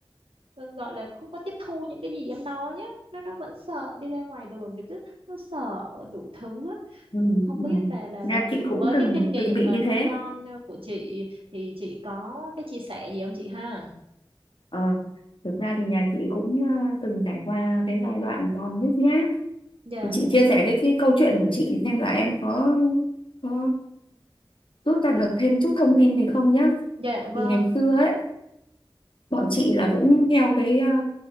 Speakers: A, on the right; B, on the left.
A: gọi là không có tiếp thu những cái gì em nói á nó nó vẫn sợ đi ra ngoài đường thì cứ nó sợ đủ thứ á
B: ừ,
A: Ừ, không
B: ừ.
A: biết là là
B: nhà
A: là
B: chị cũng
A: với
B: từng
A: cái kinh nghiệm
B: từng bị
A: mà
B: như
A: nuôi
B: thế
A: con ờ, của chị thì chị có cái chia sẻ gì không chị ha?
B: ờ thực ra thì nhà chị cũng ờ, từng trải qua cái giai đoạn còn nhút nhát
A: Dạ,
B: chị chia sẻ cái, cái câu chuyện của chị xem là em có có rút ra được thêm chút thông tin gì không nhá
A: dạ vâng.
B: thì ngày xưa ấy bọn chị là cũng theo cái ờ,